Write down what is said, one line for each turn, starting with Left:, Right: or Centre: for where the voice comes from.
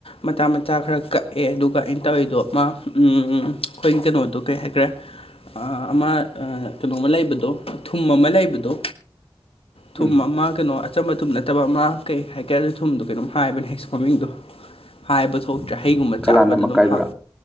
Left: ꯃꯆꯥ ꯃꯆꯥ ꯈꯔ ꯀꯛꯑꯦ ꯑꯗꯨꯒ ꯑꯩꯅ ꯇꯧꯔꯤꯗꯣ ꯃꯥ ꯎꯝ ꯑꯩꯈꯣꯏ ꯀꯩꯅꯣꯗꯣ ꯀꯩ ꯍꯥꯏꯈ꯭ꯔꯦ ꯑ ꯑꯃ ꯀꯩꯅꯣꯝꯃ ꯂꯩꯕꯗꯣ ꯊꯨꯝ ꯑꯃ ꯂꯩꯕꯗꯣ ꯊꯨꯝ
Centre: ꯎꯝ
Left: ꯑꯃ ꯀꯩꯅꯣ ꯑꯆꯝ ꯑ ꯊꯨꯝ ꯅꯠꯇꯕ ꯑꯃ ꯀꯩ ꯍꯥꯏꯀꯦꯗ ꯊꯨꯝꯗꯣ ꯀꯩꯅꯣ ꯍꯥꯏꯕꯅꯦ ꯍꯥꯏꯁ ꯃꯃꯤꯡꯗꯣ ꯍꯥꯏꯕ ꯊꯣꯛꯇ꯭ꯔꯦ ꯍꯩꯒꯨꯝꯕ
Centre: ꯀꯂꯥ
Left: ꯆꯥꯕꯗ
Centre: ꯅꯃꯛ
Left: ꯑꯗꯨꯝ
Centre: ꯀꯥꯏꯗꯔꯥ
Left: ꯍ